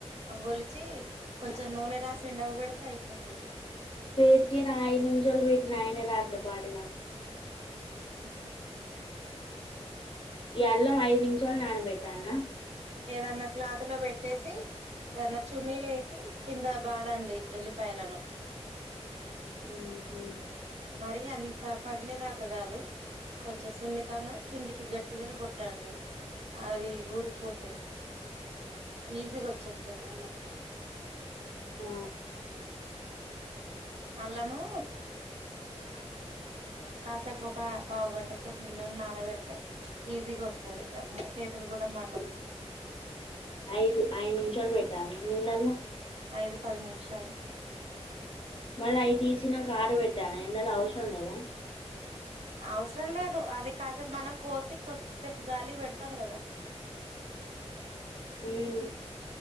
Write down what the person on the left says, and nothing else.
పెట్టిన ఐదు నిమిషాలు పెట్టినయన రాట్లో పాడుగాను
ఈ అల్లం ఐదు నిమిషాలు నానబెట్టా అన్న
ఊహు
ఊ
ఆఐ ఆయన ఇన్న
అ అయి తీచిన ఆరు పెట్టాను ఎ ఆవసం లేదా
ఉమ్